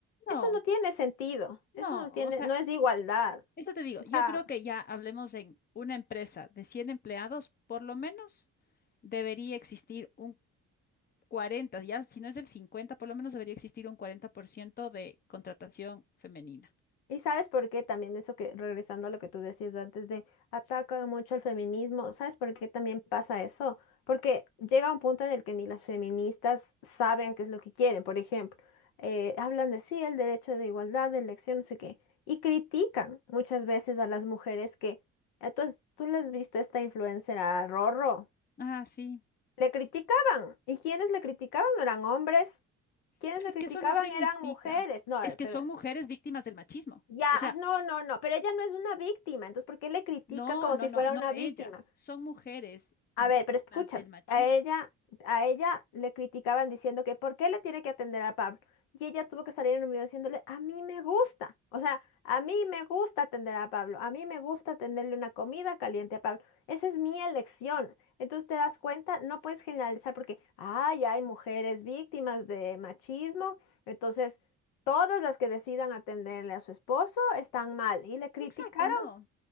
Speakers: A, on the left (about 25°); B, on the left (about 80°).
A: No,
B: Eso no tiene sentido,
A: no,
B: eso no tiene,
A: o sea,
B: no es de igualdad.
A: Esto te digo,
B: O
A: yo
B: sea,
A: creo que ya hablemos en una empresa de 100 empleados, por lo menos debería existir un cuarenta. ya si no es del 50, por lo menos debería existir un 40% de contratación femenina.
B: Y sabes por qué también eso que, regresando a lo que tú decías antes de ataca mucho al feminismo, ¿sabes por qué también pasa eso? Porque llega un punto en el que ni las feministas saben qué es lo que quieren. Por ejemplo, eh, hablan de sí, el derecho de igualdad, de elección, no sé qué, y critican muchas veces a las mujeres que, eh, tú, has- tú le has visto esta influencer a Rorro,
A: Ah, sí.
B: le criticaban, y quienes le criticaban no eran hombres, quienes
A: Pero
B: le
A: es
B: criticaban
A: que eso no significa,
B: eran mujeres, no,
A: es que
B: pero
A: son mujeres víctimas del machismo.
B: ya,
A: O sea,
B: ah, no, no, no, pero ella no es una víctima, entonces ¿por qué le critican
A: no,
B: como
A: no,
B: si
A: no,
B: fuera
A: no
B: una
A: ella,
B: víctima?
A: son mujeres
B: A
A: víctimas
B: ver, pero escúchame,
A: del machismo.
B: a ella, a ella le criticaban diciendo que ¿por qué le tiene que atender a Pablo? Y ella tuvo que salir en un video diciéndole, a mí me gusta, o sea, a mí me gusta atender a Pablo, a mí me gusta tenerle una comida caliente a Pablo, esa es mi elección. Entonces te das cuenta, no puedes generalizar porque, ay, hay mujeres víctimas de machismo, entonces todas las que decidan atenderle a su esposo están mal. Y le criticaron
A: Exacto, no,